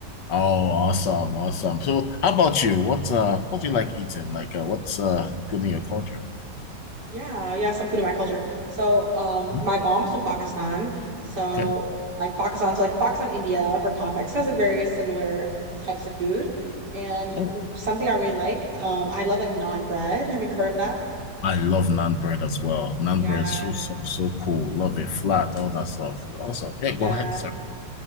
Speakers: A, on the left; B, on the right.
A: Oh, awesome, awesome. So, how about you? What uh, what do you like eating? Like, uh, what's uh good in your culture?
B: Yeah, yeah, some food in my culture. So, um,
A: Hmm,
B: my mom is from Pakistan. So,
A: Okay.
B: like Pakistan, so like Pakistan, India, for context, has like very similar types of food. And
A: Oh,
B: w- something I really like, um, I love like naan bread. Have you heard of that?
A: I love naan bread as well. Naan
B: Yeah,
A: bread, so soft, so cool. Love it, flat, all that stuff. Awesome. Yeah,
B: yeah,
A: go ahead, sir.